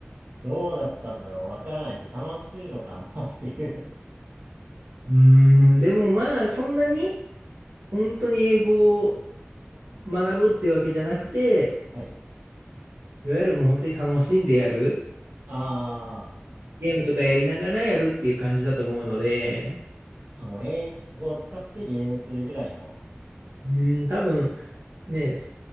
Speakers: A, on the right; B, on the right.
A: どうだったんだろうわからないですね。楽しいのかなっていう。
B: うーん、でもまあ、そんなに、本当に英語を学ぶっていうわけじゃなくて、
A: はい。
B: いわゆるもう本当に楽しんでやる、
A: あー
B: ゲームとかやりながらやるっていう感じだと思うので、
A: あ、もう英語を使ってゲームするぐらいの。
B: うーん、多分ね、す